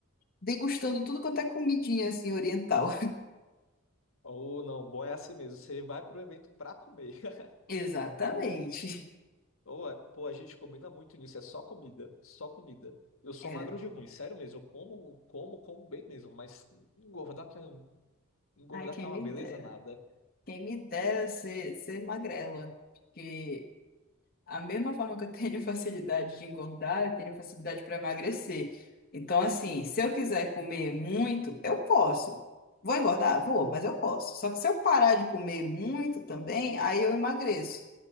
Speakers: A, on the left; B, on the left.
A: degustando tudo quanto é comidinha assim oriental.
B: ou não, bom é assim mesmo. Você vai pro evento pra comer. <laughs>
A: <laughs> Exatamente.
B: Ou, é- pô, a gente combina muito nisso. É só comida, só comida. Eu sou
A: É.
B: magro de ruim, sério mesmo. Eu como, como, como bem mesmo. Mas engordar que é, um- engordar
A: Ai, quem
B: que é uma
A: me
B: beleza
A: dera.
B: nada.
A: Quem me dera ser, ser magrela. Porque a mesma forma que eu tenho <laughs> facilidade de engordar, eu tenho facilidade para emagrecer. Então, assim, se eu quiser comer muito, eu posso. Vou engordar? Vou, mas eu posso. Só que se eu parar de comer muito também, aí eu emagreço.